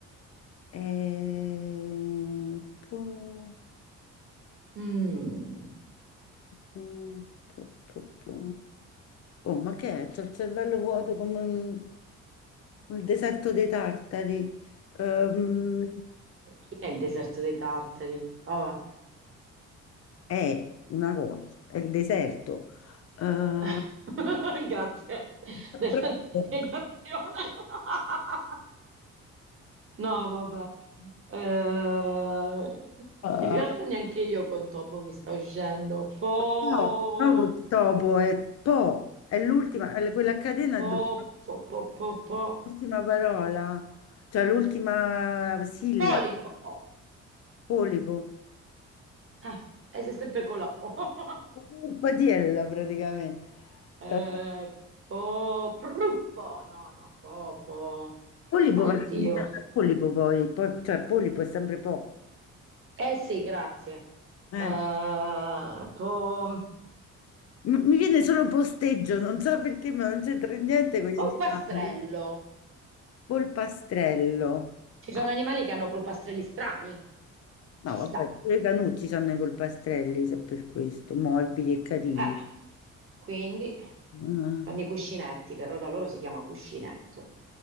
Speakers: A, on the left; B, on the right.
A: Eh, po,
B: Mm.
A: po, po, po. Oh, ma che è? C'ho il cervello vuoto come un- il deserto dei tartari. Ehm,
B: Chi è il deserto dei tartari? Oh,
A: è una cosa, è il deserto. Ehm,
B: <laughs> Grazie
A: <laughs>
B: della
A: proprio.
B: spiegazione. <laughs> No, vabbè. Eh,
A: Ah,
B: in realtà neanche io con topo mi sta uscendo. Po,
A: no, no, col topo è po, è l'ultima, è quella a catena
B: po,
A: dove
B: po, po, po, po.
A: l'ultima parola, cioè l'ultima sillaba,
B: Polipo.
A: polipo,
B: Ah, e sei sempre con la po. <laughs>
A: un patiello praticamente.
B: Eh,
A: Ehm,
B: po, pruppo. No, no, po, po.
A: Polipo
B: Oddio.
A: va a finire a polipo poi, poi- cioè polipo è sempre po'.
B: Eh sì, grazie.
A: eh.
B: Eh, po.
A: M- Mi viene solo posteggio, non so perché, ma non c'entra niente con gli
B: Polpastrello.
A: animali. Polpastrello.
B: Ci sono
A: Ah,
B: animali che hanno polpastrelli strani. Ci
A: no,
B: sta.
A: vabbè, pure i canucci hanno i polpastrelli, se per questo, morbidi e carini.
B: Eh, quindi
A: Ah,
B: fanno i cuscinetti, però da loro si chiama cuscinetto.